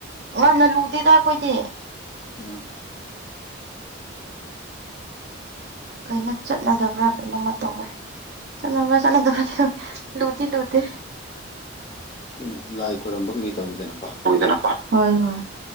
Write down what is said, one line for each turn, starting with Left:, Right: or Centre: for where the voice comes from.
Right: ꯉꯟꯅ ꯂꯨꯗꯦꯗ ꯑꯩꯈꯣꯏꯗꯤ
Left: ꯎꯝ
Right: ꯀꯩꯅꯣ ꯆꯠꯅꯗꯕ꯭ꯔꯥ ꯀꯩꯅꯣꯝꯃ ꯇꯧꯋꯦ ꯆ ꯆ ꯂꯨꯗꯤ ꯂꯨꯗ
Left: ꯑꯩꯅ ꯂꯥꯏ ꯈꯣꯏꯔꯝꯕ ꯀꯩ ꯇꯧꯋꯤꯗꯅꯣ
Right: ꯍꯣꯏ ꯍꯣꯏ